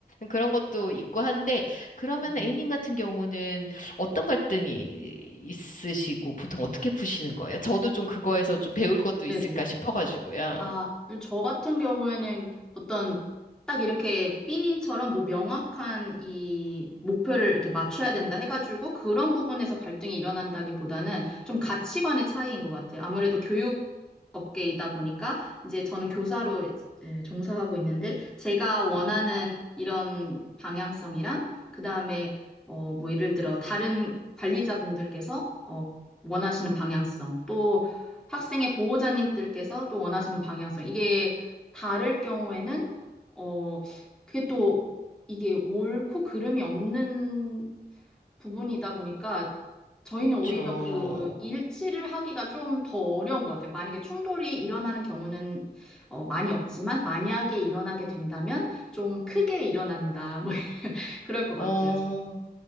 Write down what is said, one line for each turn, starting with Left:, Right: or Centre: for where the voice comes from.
Left: 그런 것도 있고 한데 그러면
Centre: 음,
Left: A님 같은 경우는 어떤 갈등이 있으시고 보통 어떻게 푸시는 거예요? 저도 좀 그거에서 좀 배울 것도 있을까
Centre: 네네.
Left: 싶어가지고요.
Centre: 아, 저 같은 경우에는 어떤 딱 이렇게 삐님처럼 뭐 명확한 이 목표를 이렇게 맞춰야 된다 해가지고 그런 부분에서 갈등이 일어난다기보다는 좀 가치관의 차이인 것 같아요. 아무래도 교육 업계이다 보니까 이제 저는 교사로 예, 종사하고 있는데 제가 원하는
Left: 아,
Centre: 이런 방향성이랑 그다음에 어, 뭐 예를 들어 다른 관리자분들께서 어, 원하시는 방향성 또 학생의 보호자님들께서 또 원하시는 방향성. 이게 다를 경우에는, 어, 그게 또 이게 옳고 그름이 없는 부분이다 보니까 저희는
Left: 그쵸.
Centre: 오히려 그그 일치를 하기가 좀 더 어려운 것 같아요. 만약에 충돌이 일어나는 경우는 어, 많이 없지만 만약에 일어나게 된다면 좀 크게 일어난다. 뭐 <laughs> 그럴 것 같아요.
Left: 어,
Centre: 저.